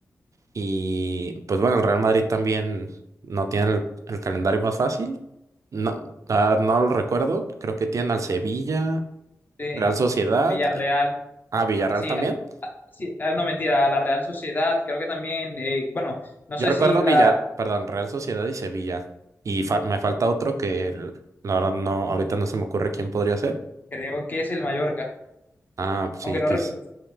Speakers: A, on the right; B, on the left.
A: Y pues bueno, el Real Madrid también no tiene el, el calendario más fácil. No, ah, no lo recuerdo. Creo que tienen al Sevilla,
B: sí,
A: Real Sociedad
B: a Villarreal,
A: y ah, Villarreal
B: así,
A: también.
B: a- a- sí, ah, no mentira, a la Real Sociedad, creo que también, eh, bueno, no
A: Yo
B: sé
A: recuerdo
B: si la,
A: Villar, perdón, Real Sociedad y Sevilla. Y fal- me falta otro que el- la verdad no, ahorita no se me ocurre quién podría ser.
B: creo que es el Mallorca,
A: Ah, sí,
B: aunque no
A: quis-
B: recuerdo.